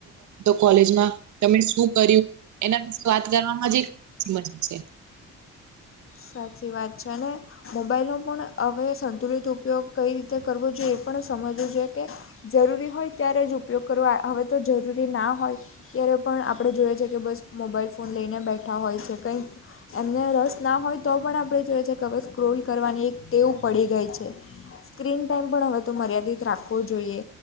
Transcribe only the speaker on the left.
સાચી વાત છે ને મોબાઈલનો પણ હવે સંતુલિત ઉપયોગ કઈ રીતે કરવો જોઈએ એ પણ સમજવું છે કે જરૂરી હોય ત્યારે જ કરવો તો જરૂરી ના હોય. ત્યારે પણ આપણે જોઈએ છ છેએ કે બસ મોબાઈલ ફોન લઈને બેઠા હોય છે કંઈક એમને રસ ના હોય તો પણ આપણે જોઈએ છ છે કે હવે સ્ક્રોલ કરવાની એક ટેવું પડી ગઈ છે. સ્ક્રીન ટાઈમ પણ હવે તો મર્યાદિત રાખવો જોઈએ.